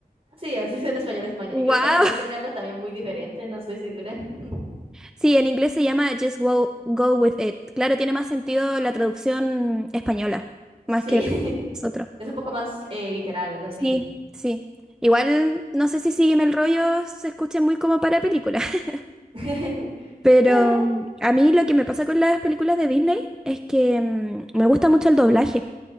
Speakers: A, on the right; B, in the centre.
A: Sí, así es en español España.
B: ¡Wow!
A: Y creo que en inglés
B: <laughs>
A: tiene algo también muy diferente, no estoy segura. <laughs>
B: Sí, en inglés se llama Just Go, Go With It. Claro, tiene más sentido la traducción española, más
A: Sí,
B: que nosotros.
A: <laughs> es un poco más eh, literal, algo así.
B: Sí, sí. Igual no sé si Sígueme el rollo se escuche muy como para película, <laughs>
A: <laughs>
B: pero
A: Eh,
B: mm, a mí lo que me pasa con las películas de Disney es que mm, me gusta mucho el doblaje.